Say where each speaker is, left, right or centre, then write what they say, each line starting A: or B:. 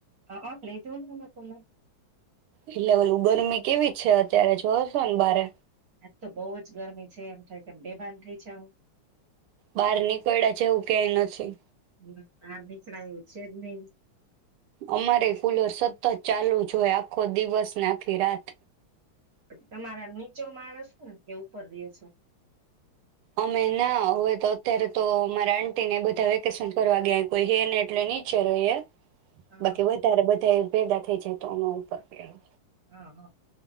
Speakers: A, on the right; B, on the right.
A: હ ઓ લીધું ને કૂલર
B: એટલે ઓલી ગરમી કેવી છે અત્યારે જોવો જો ને બારે
A: આજ તો બઉુ જ ગરમી છે એમ થાય કેમ બેભાન થઈ જવું
B: બહાર નીકયડા છેવું કાંઈ નથી
A: હમ બાર નીકળાય એવું જે જ નહી
B: અમારે કુલર સતત ચાલુ જ હોય આખો દિવસને આખી રાત
A: તમારા નીચો મારે કે ઉપર રહ્યો છે
B: અમે ના હવે તો અત્યારે તો અમારે આંટી બધા વેકેશન કરવા ગયા કોઈ હેને એટલે નીચે હોઈએ
A: હા
B: બાકી વધારે બધા ભેગા થઈજાય તોમાં ઉપર ગયા
A: હા હા